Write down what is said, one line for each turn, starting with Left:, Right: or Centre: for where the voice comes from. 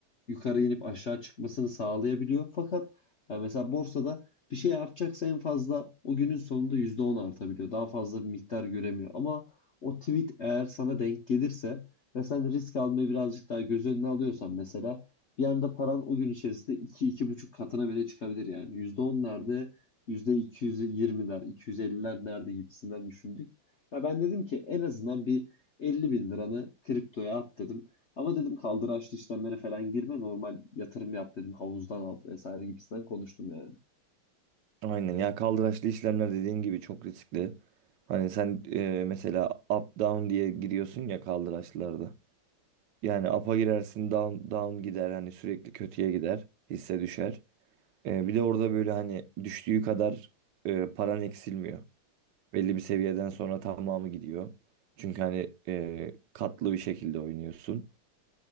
Left: yukarı inip aşağı çıkmasını sağlayabiliyor. Fakat yani mesela borsada bir şey artacaksa en fazla o günün sonunda %10 artabiliyor. Daha fazla bir miktar göremiyor. Ama o tweet eğer sana denk gelirse ve sen risk almayı birazcık daha göz önüne alıyorsan mesela bir anda paran o gün içerisinde iki iki buçuk katına bile çıkabilir yani. yüzde on nerede? %220'ler, 250'ler nerede gibisinden düşündük. Ya ben dedim ki en azından bir 50 bin liranı kriptoya at dedim. Ama dedim kaldıraçlı işlemlere falan girme normal yatırım yap dedim havuzdan al vesaire gibisinden konuştum yani.
Right: Aynen ya kaldıraçlı işlemler dediğin gibi çok riskli. Hani sen e, mesela up down diye giriyorsun ya kaldıraçlarda. Yani up'a girersin down down gider hani sürekli kötüye gider hisse düşer. E, bir de orada böyle hani düştüğü kadar e, paran eksilmiyor. Belli bir seviyeden sonra tamamı gidiyor. Çünkü hani e, katlı bir şekilde oynuyorsun.